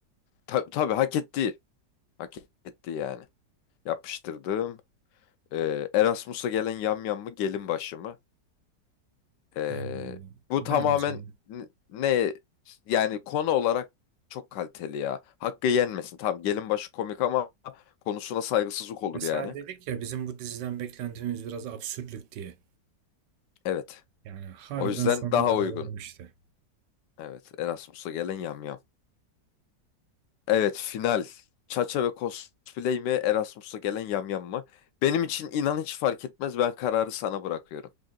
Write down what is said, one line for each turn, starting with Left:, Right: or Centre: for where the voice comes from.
Left: Ta tabii hak etti. Hak etti yani. Yapıştırdım. Ee, Erasmus'a gelen yamyam mı gelin başı mı? Ee,
Right: Ee,
Left: bu
Right: bence.
Left: tamamen n- ne yani konu olarak çok kaliteli ya. Hakkı yenmesin. Tamam gelin başı komik ama konusuna saygısızlık olur
Right: Mesela
Left: yani.
Right: dedik ya bizim bu diziden beklentimiz biraz absürtlük diye.
Left: Evet.
Right: Yani harbiden
Left: O yüzden
Right: sonuna
Left: daha
Right: kadar
Left: uygun.
Right: vermişti.
Left: Evet. Erasmus'a gelen yamyam. Evet final. Çaça ve cosplay mi Erasmus'a gelen yamyam mı? Benim için inan hiç fark etmez. Ben kararı sana bırakıyorum.